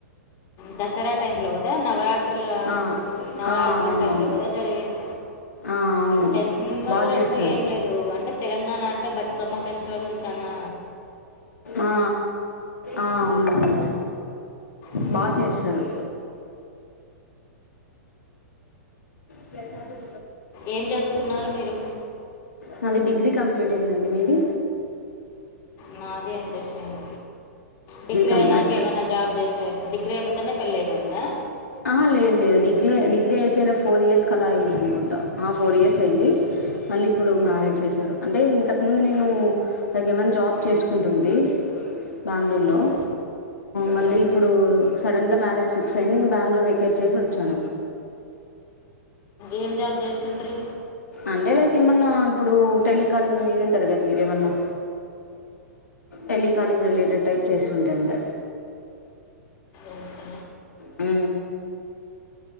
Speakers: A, on the left (about 35°); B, on the left (about 70°).
A: దసరా టైమ్లో కదా నవరాత్రుల
B: ఆ,
A: నవరాత్రుల్
B: ఆ, అవునవును
A: టైంలో కదా జరిగేది
B: ఆ, అవును
A: తెలిసిన వాళ్ళంటూ
B: బాగా చేస్తారు
A: ఏం లేదు అంటే తెలంగాణ అంటే బతుకమ్మ ఫెస్టివల్ చానా
B: అ అవునవును
A: మ్మ్.
B: బా చేస్తారు ప్రసాదం
A: ఏం చదువుకున్నారు మీరు
B: నాది డిగ్రీ కంప్లీట్ అయిందండి మీది
A: నాది అంతే సేమ్ డిగ్రీ
B: కం
A: అయినాక
B: అట్
A: ఏమైనా జాబ్ చేసే డిగ్రీ అయిపోతేనే పెళ్ళి అయిపోయిందా
B: అ లేదు లేదు డిగ్లీ డిగ్రీ అయిపోయిన ఫోర్ ఇయర్స్కలా అయింది అనుకుంటా ఆ ఫోర్ ఇయర్స్ అయింది మళ్ళీ ఇప్పుడు మ్యారేజ్ చేసారు అంటే ఇంతకు ముందు నేను పెగమేన్ జాబ్ చేసుకుంటుంది బ
A: మ్మ్.
B: ళూ
A: మ్మ్.
B: మళ్ళీ ఇప్పుడు సడన్ గా మ్యారేజ్ ఫిక్స్ అయింది ఇంక బెంగళూరు వెకేట్ చేసి వచ్చాను
A: ఏం జాబ్ చేస్తుండ్రి
B: అంటే లైక్ ఏమన్నా ఇప్పుడు టెలికాలింగ్ వినింటారు కదా మీరు ఏమన్నా టెలికాలింగ్ రిలేటెడ్ టైప్ చేస్తుండే అంట
A: ఓకే
B: ఉ